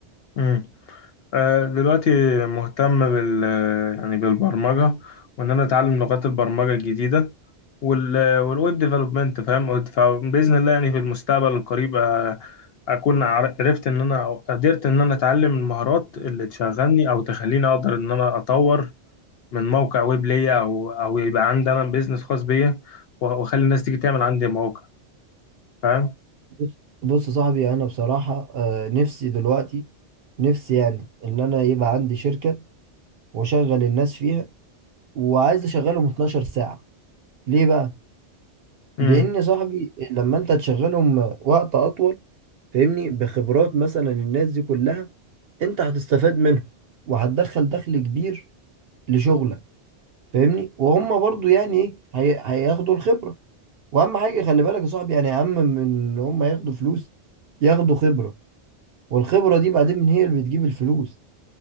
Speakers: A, on the left (about 65°); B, on the right (about 65°).
A: مم. آه، دلوقتي مهتم بال يعني بالبرمجة وإن أنا أتعلم لغات البرمجة الجديدة وال والويب ديفلوبمنت فاهم فبإذن الله يعني في المستقبل القريب آه، أكون عر- عرفت إن أنا أو قدرت إن أنا أتعلم المهارات اللي تشغلني أو تخليني أقدر إن أنا أطور من موقع ويب ليا أو أو يبقى عندي أنا بيزنس خاص بيا وأخلي الناس تيجي تعمل عندي موقع فاهم؟
B: بص بص يا صاحبي انا بصراحه آه، نفسي دلوقتي نفسي يعني ان انا يبقى عندي شركه واشغل الناس فيها وعايز اشغلهم 12 ساعه ليه بقى
A: امم
B: لان يا صاحبي لما انت تشغلهم وقت اطول فاهمني بخبرات مثلا الناس دي كلها انت هتستفاد منها وهتدخل دخل كبير لشغلك فاهمني وهم برضو يعني ايه هي- هياخدوا الخبره واهم حاجه خلي بالك يا صاحبي يعني اهم من ان هم ياخدوا فلوس ياخدوا خبره والخبرة دي بعدين هي اللي بتجيب الفلوس